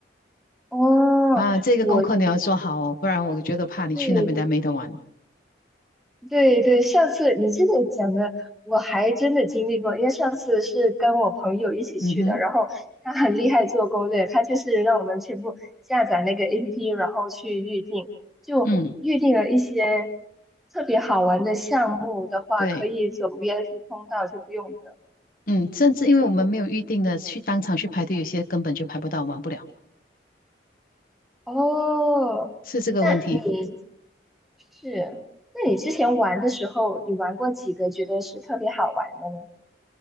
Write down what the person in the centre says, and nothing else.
哦，
我
对对对，上次你这个讲的，我还真的经历过，因为上次是跟我朋友一起去的，
然后他很厉害做攻略，他就是让我们全部下载那个 APP，然后去预定，就预定了一些
特别好玩的项目的话，
可以走 VIP 通道，就不用等。
哦，
那你是，那你之前玩的时候，你玩过几个觉得是特别好玩的呢？